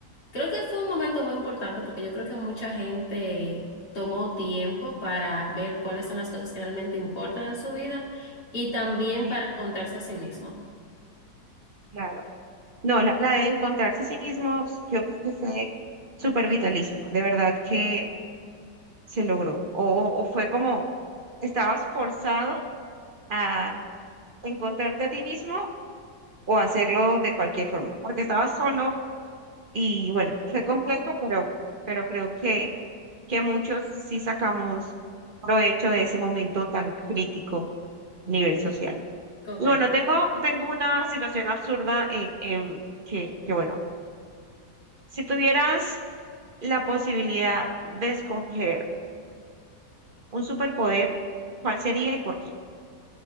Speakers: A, on the left; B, on the right.
A: creo que fue un momento muy importante, porque yo creo que mucha gente tomó tiempo para ver cuáles son las cosas que realmente importan en su vida y también
B: Sí,
A: para encontrarse a sí mismo.
B: claro. No, la, la de encontrarse a sí mismos, yo creo que fue súper vitalísimo. De verdad que se logró. O, o fue como, estabas forzado a encontrarte a ti mismo o hacerlo de cualquier forma, porque estabas solo y bueno, fue complejo, pero, pero creo que, que muchos sí sacamos provecho de ese momento tan crítico a nivel social.
A: Correcto.
B: Y bueno, tengo, tengo una situación absurda en, en que, que bueno, si tuvieras... la posibilidad de escoger un superpoder, ¿cuál sería y por qué?